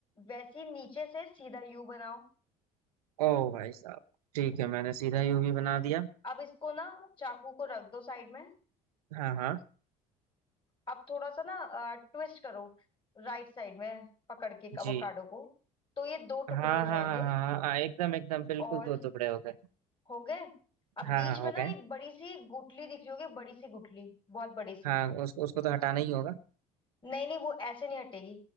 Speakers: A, on the left; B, on the right.
A: वैसी नीचे से सीधा यू बनाओ
B: ओ भाई साहब ठीक है मैंने सीधा यूवी बना दिया
A: अब इसको ना चाकू को रख दो साइड में
B: हाँ हाँ
A: अब थोड़ा सा ना ट्विस्ट करो राइट साइड में पकड़ के अवोकाडो
B: जी
A: को तो ये दो
B: हाँ
A: टुकड़े हो जाएंगे
B: हाँ हाँ हाँ हाँ हाँ, एकदम एकदम बिल्कुल
A: और
B: दो टुकड़े हो गए
A: हो गए अब
B: हाँ
A: बीच
B: हाँ
A: में
B: हो
A: ना
B: गए
A: एक बड़ी सी गुठली दिख रही होगी बड़ी सी गुठली बहुत बड़ी सी
B: हाँ उसको उसको तो हटाना ही होगा
A: नहीं नहीं वो ऐसे नहीं हटेगी